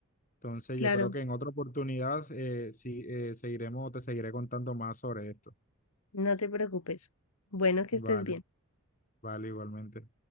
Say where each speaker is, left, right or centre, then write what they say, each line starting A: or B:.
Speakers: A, on the left (about 35°); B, on the left (about 85°).
A: Entonces
B: Claro,
A: yo creo que en otra oportunidad eh, sí, eh, seguiremos, te seguiré contando más sobre esto.
B: no te preocupes. Bueno, que
A: Vale,
B: estés bien.
A: vale, igualmente.